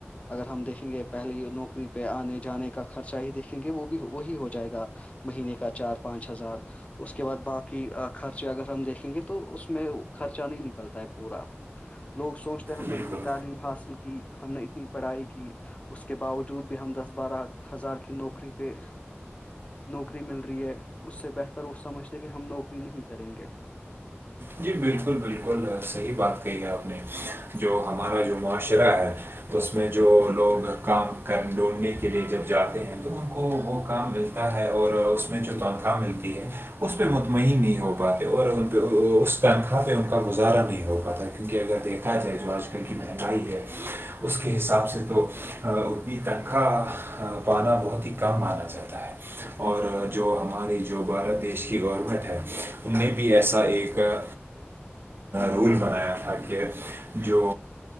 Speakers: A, on the left; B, on the right.
A: اگر ہم دیکھیں گے پہلے نوکری پہ آنے جانے کا خرچہ ہی دیکھیں گے وہ بھی وہی ہو جائے گا مہینے کا چار پانچ ہزار اس کے بعد باقی خرچے اگر ہم دیکھیں گے تو اس میں خرچہ نہیں نکلتا ہے پورا لوگ سوچتے ہیں ہم نے
B: بالکل
A: اتنی تعلیم حاصل کی ہم نے اتنی پڑھائی کی اس کے باوجود بھی ہم دس بارہ ہزار کی نوکری پہ نوکری مل رہی ہے اس سے بہتر وہ سمجھتے کہ ہم نوکری نہیں کریں گے
B: جی بالکل بالکل صحیح بات کہی ہے آپ نے جو ہمارا جو معاشرہ ہے تو اس میں جو لوگ کام کر ڈھونڈنے کے لیے جب جاتے ہیں تو ان کو وہ کام ملتا ہے اور اس میں جو تنخواہ ملتی ہے اس پہ مطمئن نہیں ہو پاتے اور ان پہ اس پنکھا پہ ان کا گزارا نہیں ہو پاتا کیونکہ اگر دیکھا جائے جو آج کل کی مہنگائی ہے اس کے حساب سے تو انی تنخواہ پانا بہت ہی کم مانا جاتا ہے اور جو ہماری جو بھارت دیش کی گورنمنٹ ہے ان نے بھی ایسا ایک کا رول بنایا تھا کہ جو